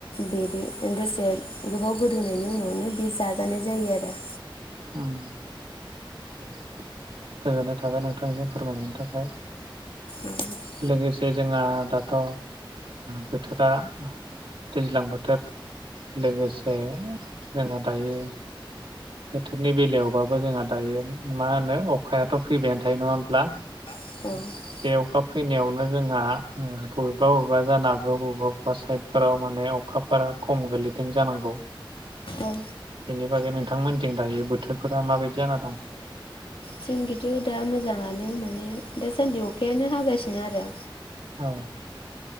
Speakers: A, on the left; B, on the right.
A: बिदि दसे गोबाव गोदौनायनि उनावनो बे जाजानाय जायो आरो।
B: ओम दे गोजोननाय थाबाय नोंथांनिजों फोरमायनायनि थाखाय।
A: औ
B: लोगोसे जोंहा दाथ' बोथोरा दैज्लां बोथोर लोगोसे जोंहा दायो बोथोरनि बेलायावबाबो जोंहा दायो मा होनो अखायाथ' फैबायानो थायो नङा होमब्ला
A: औ औ
B: <inaudible> फैनायावनो जोंहा बबेबा बबेबा जानागौ बबेबा बबेबा साइदफोराव माने अखाफोरा खम गोलैदों जानांगौ
A: औ
B: बेनि बागै नों नोंथांमोनजों दायो बोथोरफोरा माबायदि जाना दं?
A: जोंनिजों दा मोजाङानो माने दासान्दि अखायानो हागासिनो आरो
B: औ।